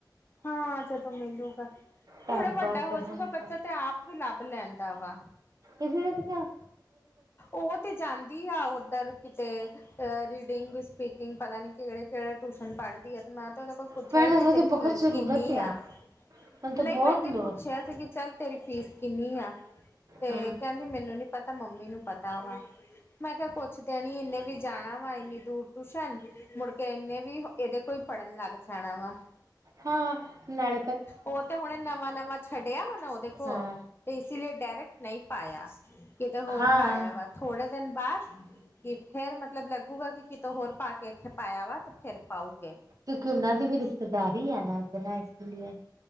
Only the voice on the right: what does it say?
ਟਾਈਮ
ਪਾਰ
ਕਰਨਾ ਹੁੰਦਾ।
ਕਿਸੀ ਨੇ ਤੇ ਕੇਹਾ
ਭੈਣ ਉਹਨੂੰ
ਤੇ ਬਹੁਤ
ਜ਼ਰੂਰਤ
<inaudible>
ਬਹੁਤ
ਲੋੜ
ਹੂੰ
ਹਾਂ ਨਾਲ
ਹਾਂ
ਹਾਂ
ਕਿਉਂਕਿ ਉਹਨਾ ਦੀ ਵੀ ਰਿਸ਼ਤੇਦਾਰੀ ਹੀ ਹੈ ਨਾ ਉਸਦੇ ਨਾਲ ਇਸ ਲਈ